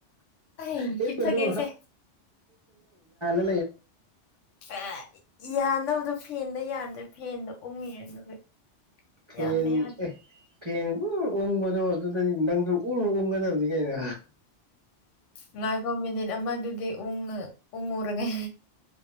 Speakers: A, on the left (about 80°); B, on the right (about 35°).
A: ꯑꯩ
B: ꯍꯤꯞꯀꯅꯨ
A: ꯍꯤꯞꯊꯒꯦꯁꯦ
B: ꯍꯂꯣ
A: ꯍ ꯌꯥꯅꯕꯗꯣ ꯐꯦꯟꯗ ꯌꯥꯗ꯭ꯔꯦ ꯐꯦꯟꯗꯣ ꯎꯡꯉꯦ ꯑꯗꯨꯒ
B: ꯐꯦꯟ
A: ꯌꯥꯟꯕ ꯌꯥꯗꯦ
B: ꯑꯦ ꯐꯦꯟꯕꯨ ꯑꯣꯕꯗ ꯑꯗꯨ ꯑꯗꯨ ꯅꯪꯁꯨ ꯎꯔ ꯎꯒꯗꯕꯅꯤ ꯀꯩꯅ
A: ꯉꯥꯏꯈꯣ ꯃꯤꯅꯤꯠ ꯑꯃꯗꯨꯗꯤ ꯎ ꯎꯉ ꯔꯒꯦ